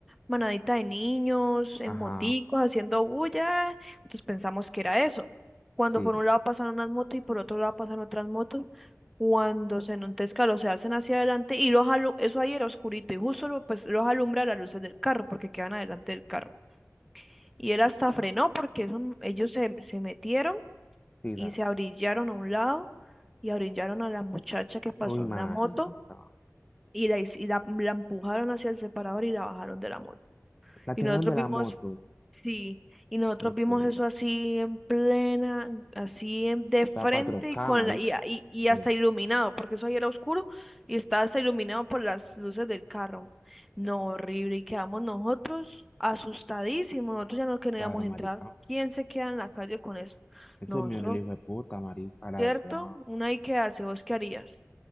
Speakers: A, in the centre; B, on the left.
A: manaditas de niños, en
B: ajá,
A: moticos, haciendo bulla, entonces pensamos que era eso. Cuando
B: sí,
A: por un lado pasan unas motos y por otro lado pasan otras motos, cuando se enlontezca, los se hacen hacia adelante y los alu- eso ahí era oscurito y justo lo- pues los alumbra las luces del carro porque quedan adelante del carro. Y él hasta frenó
B: Mm.
A: porque eso- ellos se, se metieron
B: sí,
A: y
B: tas.
A: se abrillaron a un lado y abrillaron a la muchacha que pasó
B: Uy,
A: en
B: marica.
A: la moto y la, hic- y la, la empujaron hacia el separador y la bajaron de la moto.
B: La
A: Y
B: tiraron
A: nosotros
B: de
A: vimos
B: la moto,
A: Sí, y nosotros
B: eh,
A: vimos
B: puta,
A: eso así en plena, así en- de frente
B: cuatro k
A: y con
B: marica.
A: la, y, y, y
B: Sí,
A: hasta iluminado, porque eso ahí era oscuro y estaba hasta iluminado por las luces del carro. No, horrible, y quedamos nosotros asustadísimos, nosotros ya no queríamos
B: claro, marica.
A: entrar. ¿Quién se queda en la calle con eso?
B: Eso
A: No,
B: es mío,
A: eso,
B: el hijo de puta, marica, la
A: ¿cierto?
B: verdad.
A: Una y qué hace, ¿vos qué harías?